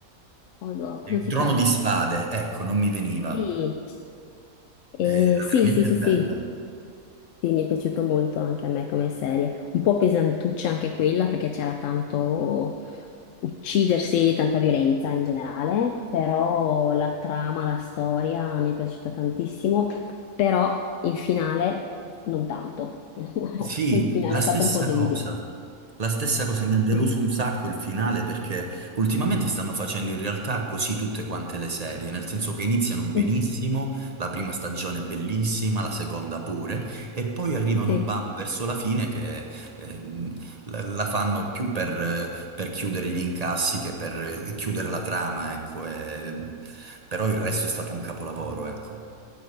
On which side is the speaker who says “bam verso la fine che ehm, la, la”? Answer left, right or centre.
Right